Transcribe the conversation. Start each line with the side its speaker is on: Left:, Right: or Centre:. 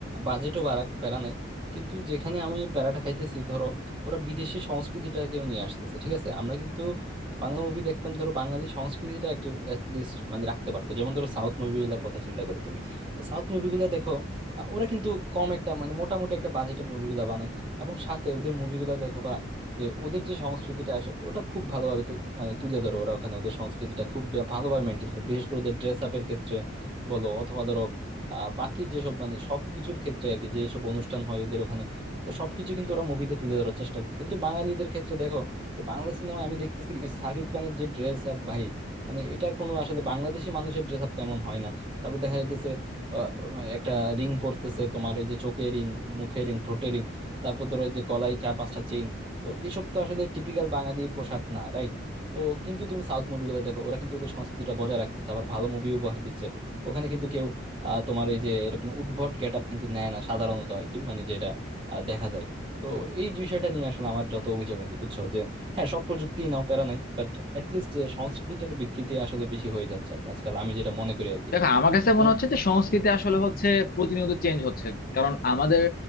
Right: বাজেটও বাড়াক প্যারা নাই কিন্তু যেখানে আমি প্যারাটা খাইতেছি ধরো ওরা বিদেশি সংস্কৃতিটাকেও নিয়ে আসতেছে ঠিক আছে আমরা কিন্তু বাংলা মুভি দেখতাম ধরো বাঙালি সংস্কৃতিটা একটা at least মানে রাখতে পারতো যেমন ধরো সাউথ মুভিগুলোর কথা চিন্তা করো তুমি সাউথ মুভিগুলো দেখো আহ, ওরা কিন্তু কম একটা মানে মোটামুটি একটা বাজেটে মুভিগুলো বানায় এবং সাথে ওদের মুভিগুলো দেখো বা যে ওদের যে সংস্কৃতিটা আসে ওটা খুব ভালোভাবে তু- মানে তুলে ধরো ওরা ওখানে ওদের সংস্কৃতিটা খুব ভা- ভালোভাবে মেনটেন করে বিশেষ করে ওদের ড্রেস আপের ক্ষেত্রে বলো অথবা ধরো আহ বাকি যেসব মানে সবকিছুর ক্ষেত্রে আর কি যেসব অনুষ্ঠান হয় ওদের ওখানে তো সবকিছু কিন্তু ওরা মুভিতে তুলে ধরার চেষ্টা করে কিন্তু বাঙালিদের ক্ষেত্রে দেখো যে বাংলা সিনেমায় আমি দেখতেছি কি শাকিব খানের যে ড্রেস আপ ভাই মানে এটা কোনো আসলে বাংলাদেশি মানুষের ড্রেস আপ তেমন হয় না তারপর দেখা যাইতেছে আহ, একটা রিং পরতেছে তোমার এই যে চোখে রিং মুখে রিং ঠোঁটে রিং তারপর ধরো এই যে গলায় চার পাঁচটা চেইন তো এসব তো আসলে টিপিক্যাল বাঙালি পোশাক না রাইট তো কিন্তু তুমি সাউথ মুভিগুলো দেখো ওরা কিন্তু ওদের সংস্কৃতিটা বজায় রাখতেছে আবার ভালো মুভি উপহার দিচ্ছে ওখানে কিন্তু কেউ আহ, তোমার এই যে এরকম উদ্ভট গেট আপ কিন্তু নেয় না সাধারণত আর কি মানে যেটা আহ, দেখা যায় তো এই বিষয়টা নিয়ে আসলে আমার যত অভিযোগ আর কি বুঝছো যে হ্যাঁ সব প্রযুক্তি নাও প্যারা নাই বাট লিস্ট যে সংস্কৃতিটার বিকৃতি আসলে বেশি হয়ে যাচ্ছে আর কি আজকাল আমি যেটা মনে করি আর কি
Left: দেখো আমার কাছে
Right: তোমার
Left: মনে হচ্ছে যে সংস্কৃতি আসলে হচ্ছে প্রতিনিয়ত চেঞ্জ হচ্ছে কারণ আমাদের